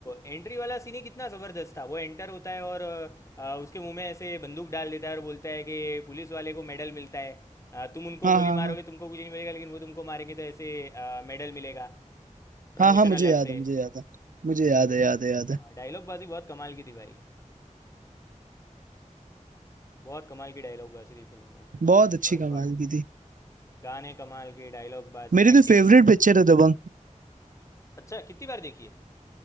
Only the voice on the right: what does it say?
हाँ
हाँ
हाँ
हाँ हाँ मुझे
याद
है मुझे याद है मुझे याद है याद है याद है
बहुत अच्छी
कमाल
की थी
मेरी
तो फेवरेट
पिक्चर है दबंग